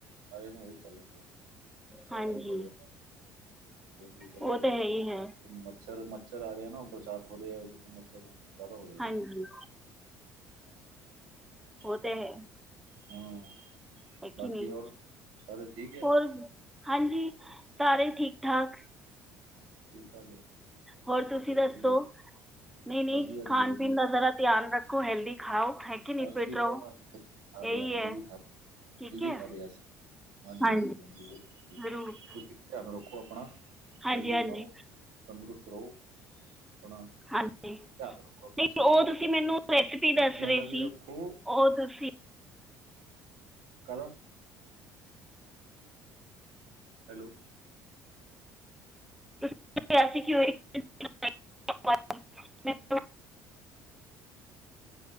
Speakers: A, on the right (about 90°); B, in the centre.
A: ਸਾਰਿਆਂ ਨੂੰ ਉਹੀ ਚੱਲਣ ਡਿਆ।
B: ਹਾਂਜੀ
A: ਟਾਈਫੋਇਡ ਆ ਡੇਂਗੂ ਚੱਲ
B: ਉਹ
A: ਰਿਹਾ
B: ਤਾਂ ਹੈ ਹੀ ਹੈ
A: ਮੱਛਰ-ਮੱਛਰ ਆ ਰਹੇ ਨਾ ਬਰਸਾਤ ਹੋ ਰਹੀ ਹੈ ਉਧਰ ਫ ਮੱਛਰ ਜ਼ਿਆਦਾ ਹੋ ਰਾਹੀਆ
B: ਹਾਂਜੀ
A: <unintelligible>
B: ਤੇ ਹੈ।
A: ਹਾਂ
B: ਹੈ ਕਿ
A: ਬਾਕੀ
B: ਨਹੀਂ
A: ਹੋਰ, ਸਾਰੇ ਠੀਕ ਹੈ।
B: ਹੋਰ ਹਾਂਜੀ ਸਾਰੇ ਠੀਕ ਠਾਕ।
A: ਠੀਕ-ਠਾਕ ਹੈ।
B: ਹੋਰ
A: ਠੀਕ
B: ਤੁਸੀਂ
A: ਹੈ
B: ਦੱਸੋ
A: ਵਧੀਆ
B: ਨਹੀ-ਨਹੀ
A: ਵਧੀਆ
B: ਖਾਣ
A: ਜੀ ਵਧੀਆ
B: ਪੀਣ ਦਾ ਜ਼ਰਾ ਧਿਆਨ ਰੱਖ ਕੋ ਹੈਲਦੀ ਖਾਓ। ਕਿ ਨਹੀਂ
A: ਅਸੀਂ
B: ਫਿਟ ਰਹੋ
A: ਤਾਂ <unintelligible> ਹੈਲਦੀ
B: ਇਹੀ ਹੈ ਠੀਕ ਹੈ
A: ਖਾ ਰਏ ਆ ਅਸੀਂ। ਹਾਂਜੀ-ਹਾਂਜੀ-ਹਾਂਜੀ
B: ਹਾਂਜੀ
A: <unintelligible>
B: ਜ਼ਰੂਰ
A: ਤਿਆਨ ਰੱਖੋ ਅਪਣਾ,
B: ਹਾਂਜੀ
A: ਹੈਲਦੀ
B: ਹਾਂਜੀ
A: ਖਾਓ, ਤੰਦਰੁਸਤ ਰੋ। ਅਪਣਾ, ਤਿਆਨ
B: ਹਾਂਜੀ
A: ਰੱਖੋ ਅਪਣਾ
B: ਨਹੀਂ
A: ਸੇਹਤ
B: ਉਹ
A: ਦਾ,
B: ਤੁਸੀਂ ਮੈਨੂੰ ਰੈਸਪੀ
A: ਬੱਚਿਆਂ
B: ਦੱਸ ਰਹੇ
A: ਦਾ ਵੀ
B: ਸੀ
A: ਰੱਖੋ
B: ਉਹ ਤੁਸੀਂ
A: ਕਾਰਾ ਹੈਲੋ
B: <inaudible> <inaudible>